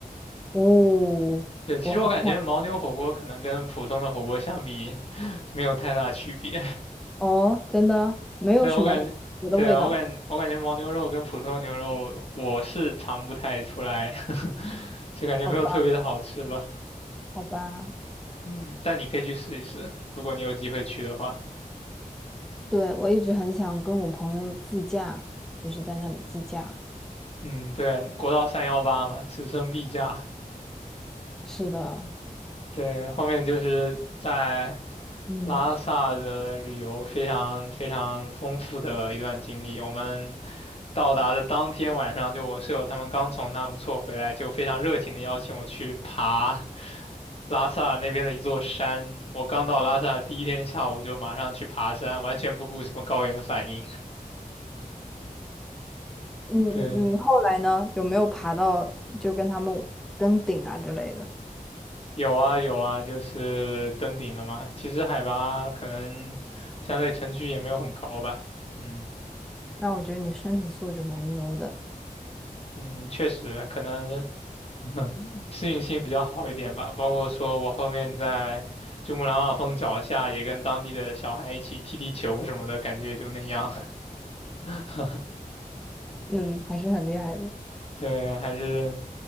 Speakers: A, in the centre; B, on the left.
A: 哦，
B: 对，其实我感觉牦牛火锅可能跟普通的火锅相比，
A: 我好想
B: 没有太大区别。
A: 哦，真的没有什么别的味道，
B: <laughs> 对，我感觉，对啊，我感我感觉牦牛肉跟普通牛肉我是尝不太出来，<laughs> 就感觉没有特别的好吃吧。
A: 好吧，好吧。
B: 嗯，但你可以去试一试，如果你有机会去的话。
A: 对，我一直很想跟我朋友自驾，就是在那里自驾。
B: 嗯，对，国道三幺八嘛，此生必驾。
A: 是的，
B: 对，后面就是在
A: 嗯，
B: 拉萨的旅游非常非常丰富的一段经历。我们到达的当天晚上，就我舍友他们刚从纳木错回来，就非常热情的邀请我去爬拉萨那边的一座山。我刚到拉萨第一天下午就马上去爬山，完全不顾什么高原反应。
A: 嗯嗯，
B: <laughs> 对，
A: 你后来呢？有没有爬到就跟他们登顶啊之类的？
B: 有啊有啊，就是登顶了嘛。其实海拔可能相对城区也没有很高吧，嗯。
A: 那我觉得你身体素质蛮牛的。
B: 嗯，确实，可能 <laughs> 适应性比较好一点吧。包括说我后面在珠穆朗玛峰脚下，也跟当地的小孩一起踢踢球什么的，感觉也就那样。<laughs>
A: 嗯，还是很厉害的。
B: 对，还是